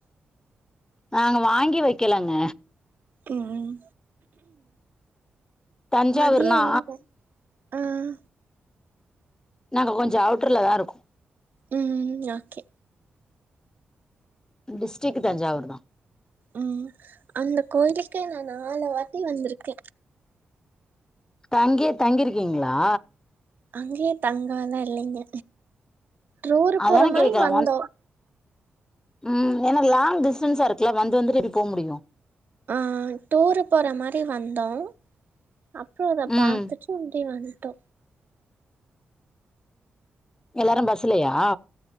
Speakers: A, on the left; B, on the right.
A: நாங்க வாங்கி வைக்கலங்க
B: ம்
A: தஞ்சாவூர்னா
B: மதியா இங்க ஆஹ
A: நாங்க கொஞ்சோ அவுட்டர்ல தான் இருக்கோம்
B: உம் ஓகே
A: டிஸ்டிக் தஞ்சாவூர் தான்
B: உம் அந்த கோயிலுக்கே நான் நாலு வாட்டி வந்திருக்க
A: தங்கியே தங்கிருக்கீங்களா
B: அங்கேயே தங்கலா இல்லேங்க ரூருக்
A: அதான
B: போற மாரி
A: கேக்குற
B: வந்தோம்
A: வந் ம் ஏன்னா லாங் டிஸ்டன்ஸா இருக்குல்ல வந்து வந்துட்டு எப்டி போக முடியும்
B: ஆ டூரு போற மாரி வந்தோம் அப்ரோ அதப்
A: ம்
B: பாத்துட்டு ஆப்டி வந் டோ
A: எல்லாரு பஸ்லையா